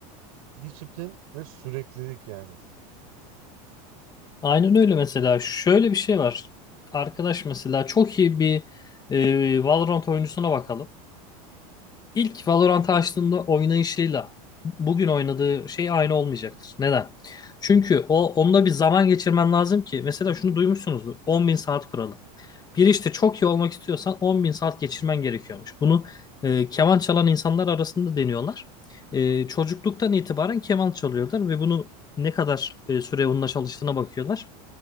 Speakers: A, on the right; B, on the left.
A: Disiplin ve süreklilik yani.
B: Aynen öyle mesela şöyle bir şey var. Arkadaş mesela çok iyi bir e, Valorant oyuncusuna bakalım. İlk Valorant'ı açtığında oynayışıyla bugün oynadığı şey aynı olmayacaktır. Neden? Çünkü o onunla bir zaman geçirmen lazım ki mesela şunu duymuşsunuzdur on bin saat kuralı. Bir işte çok iyi olmak istiyorsan 10 bin saat geçirmen gerekiyormuş. Bunu e, keman çalan insanlar arasında deniyorlar. E, çocukluktan itibaren keman çalıyorlar ve bunu ne kadar e, süre onunla çalıştığına bakıyorlar.